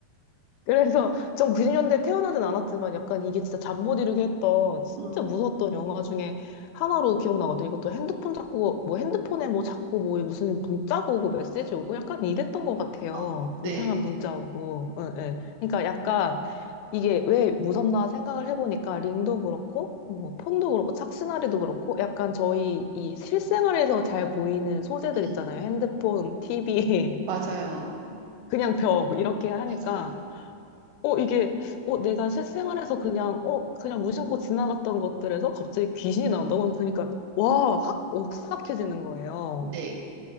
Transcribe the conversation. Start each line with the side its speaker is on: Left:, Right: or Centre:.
Left: 그래서 전 90년대 태어나진 않았지만 약간 이게 진짜 잠 못 이루게 했던 진짜
Right: 음,
Left: 무서웠던 영화 중에 하나로 기억나거든요. 이것도 핸드폰 자꾸 뭐 핸드폰에 뭐 자꾸 뭐 무슨 문자가 오고 메시지 오고 약간 이랬던 것 같아요.
Right: 어, 네,
Left: 이상한 문자 오고. 예예. 그러니까 약간 이게 왜 무섭나 생각을 해보니까 링도 그렇고 뭐 폰도 그렇고 착신아리도 그렇고 약간 저희 이 실생활에서 잘 보이는 소재들
Right: 음,
Left: 있잖아요. 핸드폰, TV,
Right: 맞아요.
Left: <laughs> 그냥 벽 이렇게 하니까
Right: 맞아요.
Left: 어, 이게, 어, 내가 실생활에서 그냥, 어, 그냥 무심코 지나갔던 것들에서 갑자기 귀신이 나온다고 그러니까, 와, 확 오싹해지는 거예요.
Right: 네.